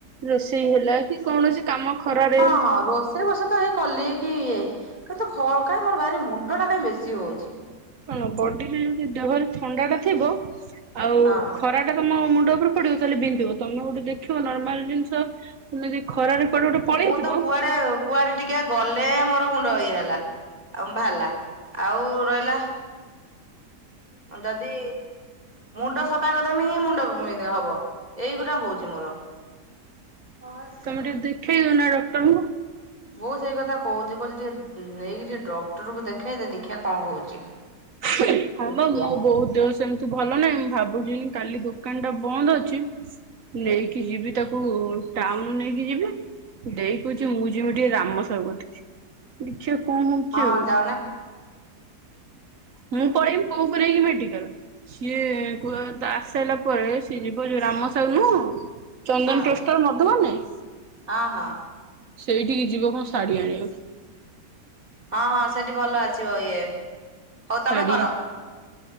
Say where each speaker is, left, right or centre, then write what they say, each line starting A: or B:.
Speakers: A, on the right (about 55°); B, on the right (about 25°).
A: ରୋଷେଇ ହେଲା କି କୌଣସି। କାମ ଖରାରେ
B: ହଁ ହଁ ରୋଷେଇ ବାସ ତ ହେଇ କଲି କି ଇଏ କିନ୍ତୁ ଖ କାଇଁ ମୋର ଭାରି ମୁ ମୁଣ୍ଡଟା କାଇଁ ବେଶୀ ହଉଚି।
A: କଣ ବଡି ଲି କି ଦେହ ରେ ଦେହରେ ଥଣ୍ଡା ଟା ଥିବ ଆଉ
B: ହଁ
A: ଖରା ଟା ତମ ମୁଁ ମୁଣ୍ଡ ଉପରେ ପଡିବ ତାହଲେ ବିନ୍ଧିବ ତମେ ଗୋଟେ ଦେଖିବ ନର୍ମାଲ ଜିନିଷ ତମେ ଜଦି ଖରାରେ କୁଆଡେ ଗୋଟେ ପଳେଇଥିବ
B: ମୁଁ ତ
A: ହୁଁ
B: କୁଆଡେ କୁଆଡେ ଟିକେ ଗଲେ ଏ ମୋର ମୁଣ୍ଡ ଇଏ ହେଲା ଆଉ ବାହାରିଲା ଆଉ ରହିଲା। ଯଦି। ମୁଣ୍ଡ ସଫା କରିଦେମି ମୁଣ୍ଡ ବିନ୍ଧା ହବ ଏଇଗୁରା ହଉଛି ମୋର। ହଁ ସ।
A: ତମେ ଟିକେ ଦେଖେଇ ଦଉନା ଡକ୍ଟରଙ୍କୁ।
B: ବୋଉ ସେଇ କଥା କହୁଛି କହୁଛି ଟିକେ ନ ନେଇକି ଟିକେ ଡକ୍ଟରକୁ ଦେଖେଇଲେ ଦେଖିବା କଣ ହଉଛି।
A: ହଁ
B: ଦେଖିଆ।
A: ବା ମୋ ବୋଉ ଦୋ ସେମିତି ଭଲ ନାହିଁ ମୁଁ ଭାବୁଛିି କାଲି ଦୋକାନ ଟା ବନ୍ଦ ଅଛି ନେଇକି ଯିବି ତାକୁ। ଟାଉନ ନେଇକି ଯିବି ଦେଇ କହୁଛି ମୁଁ ଯିବି ଟିକେ ରାମ ସାହୁ କତିକି। ଦେଖିଆ କଣ ହଉଛି
B: ହଁ
A: ଆଉ।
B: ଯାଉନା
A: ମୁଁ ପଳେଇମି ବୋଉ କୁ ନେଇକି ମେଡିକଲ ସିଏ କୁହ ତ ଆସି ସାଇଲା ପରେ ସିଏ ଯିବ ଯୋଉ ରାମ ସାହୁ ନୁହଁ ଚନ୍ଦନ
B: ହଁ
A: ଟୋଷ୍ଟର ମଧୁ ବନ ନାହିଁ।
B: ହଁ ହଁ
A: ସେଇଠିକି ଯିବ କଣ ଶାଢୀ ଆଣିବାକୁ।
B: ହଁ ହଁ ସେଠି ଭଲ ଆସିବ ଇଏ। ହଉ
A: ସାଡି
B: ତମେ କର।